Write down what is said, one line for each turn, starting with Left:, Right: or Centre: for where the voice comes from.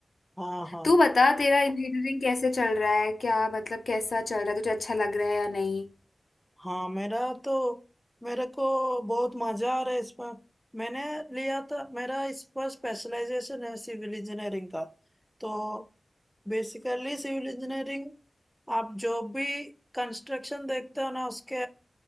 Centre: हाँ हाँ
Left: तू बता तेरा इंजीनियरिंग कैसे चल रहा है क्या मतलब कैसा चल रहा है तुझे अच्छा लग रहा है या नहीं
Centre: हाँ मेरा तो मेरे को बहुत मजा आ रहा है इसमें मैंने लिया था मेरा इस पर स्पेशलाइजेशन है सिविल इंजीनियरिंग का तो बेसिकली सिविल इंजीनियरिंग आप जो भी कंस्ट्रक्शन देखते हो ना उसके